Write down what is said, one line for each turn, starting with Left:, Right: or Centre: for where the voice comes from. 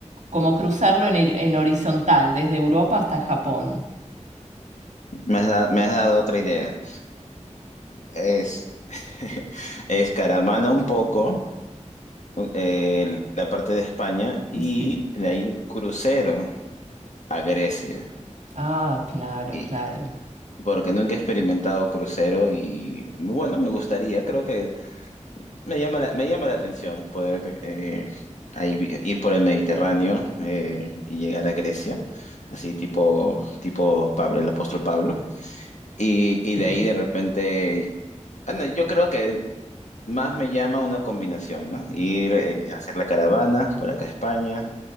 Right: como cruzarlo en, en horizontal, desde Europa hasta Japón.
Left: Me has da- me has dado otra idea. Es, <laughs> es caravana un poco, eh, la parte de España, y
Right: Sí.
Left: de ahí crucero a Grecia.
Right: Ah, claro,
Left: Y,
Right: claro.
Left: porque nunca he experimentado crucero y bueno, me gustaría, creo que Me llama la, me llama la atención poder eh, ahí vi- ir por el Mediterráneo eh, y llegar a Grecia, así tipo, tipo Pablo, el apóstol Pablo. Y, y
Right: Sí.
Left: de ahí de repente, bueno, yo creo que más me llama una combinación, ¿no? Ir eh, a hacer la caravana por acá a España,